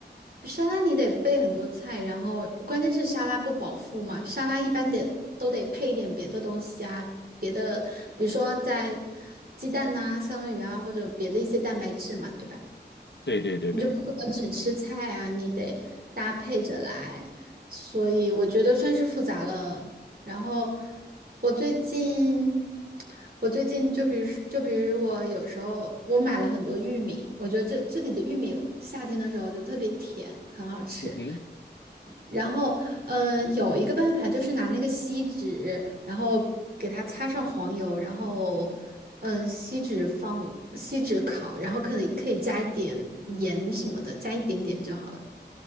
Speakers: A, on the right; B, on the left.
A: 沙拉你得备很多菜，然后关键是沙拉不饱腹嘛，沙拉一般得都得配一点别的东西啊，别的比如说在鸡蛋呐、三文鱼啊，或者别的一些蛋白质嘛，对吧？
B: 对对对对，
A: 你就不可能只吃菜啊，你得搭配着来，所以我觉得算是复杂了。然后我最近，我最近就比如就比如我有时候我买了很多玉米，我觉得这这里的玉米夏天的时候就特别甜，很好吃。
B: 嗯哼，
A: 然后，嗯、有一个办法就是拿那个锡纸，然后给它擦上黄油，然后，嗯、锡纸放锡纸烤，然后可以可以加一点盐什么的，加一点点就好了。